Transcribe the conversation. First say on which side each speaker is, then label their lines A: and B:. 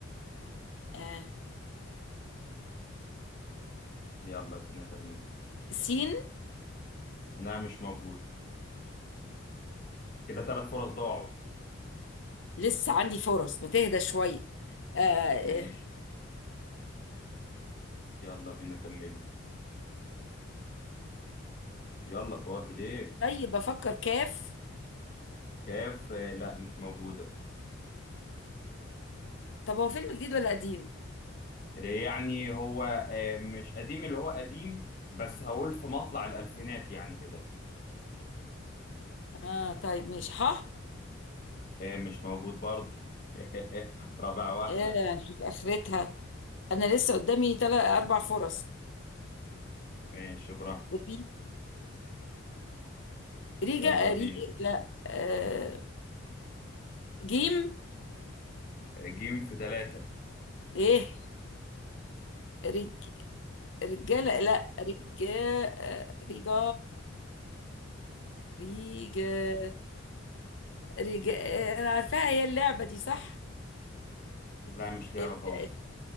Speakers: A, on the left (about 65°); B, on the left (about 40°).
A: آه
B: يلا بينا كملي
A: سين
B: لا مش موجود كده ثلاث فرص ضاعوا
A: لسه عندي فرص ما تهدى شوية آه
B: ماشي
A: آه،
B: يلا بينا كملي يلا توافي ليه
A: طيب بفكر كاف
B: كاف آه، لا مش موجودة
A: طب هو فيلم جديد ولا قديم؟
B: يعني هو آه، مش قديم اللي هو قديم بس هقول في مطلع الألفينات يعني كده
A: اه طيب ماشي ح
B: آه، مش موجود برضه <laughs> رابع واحدة
A: آه نشوف آخرتها أنا لسه قدامي تلات أربع فرص
B: ماشي براحتك
A: مم. ريجا
B: يلا بينا
A: ري لا آه جيم
B: آه، جيم في ثلاثة
A: ايه رج رجالة
B: <laughs>
A: لا رجا آه، رجا ريجا رجا آه، انا عارفاها هي اللعبة دي صح
B: لا مش لعبة
A: ال-
B: خالص
A: ال-